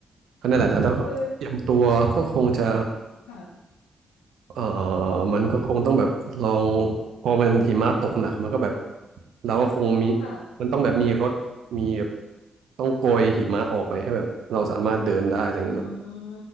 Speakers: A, on the right (about 70°); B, on the left (about 80°).
A: ก็นั่นแหละนะแล้วก็เตรียมตัวก็คงจะ
B: เออค่ะ
A: เออมันก็คงต้องแบบลอง
B: อืม
A: พอมันหิมะตกหนักมันก็แบบเราก็คงมี
B: ค่ะ
A: มันต้องแบบมีรถมีแบบต้องโกยหิมะออกไปให้แบบเราสามารถเดินได้อะไรอย่างเงี้ยเนาะ
B: อ๋อ